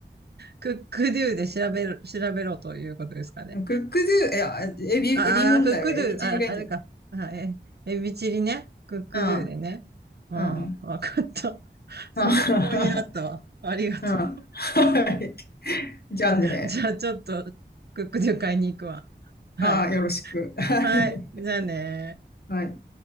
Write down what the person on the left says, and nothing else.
<laughs> クックドゥ、いや、エビ、
エビ問題はエビチリがいいんじゃない
うん、
うん、
あ <laughs>
うん。はい。じゃあね。
ああ、よろしく。はい。
はい。